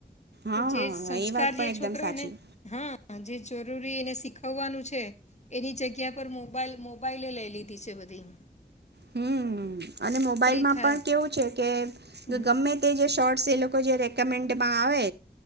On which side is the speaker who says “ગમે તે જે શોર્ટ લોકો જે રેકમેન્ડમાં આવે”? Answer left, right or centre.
Right